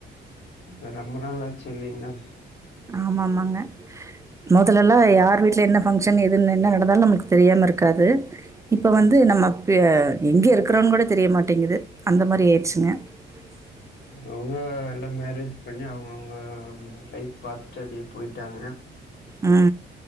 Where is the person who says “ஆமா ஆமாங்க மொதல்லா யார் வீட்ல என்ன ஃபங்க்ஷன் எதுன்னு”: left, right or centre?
Right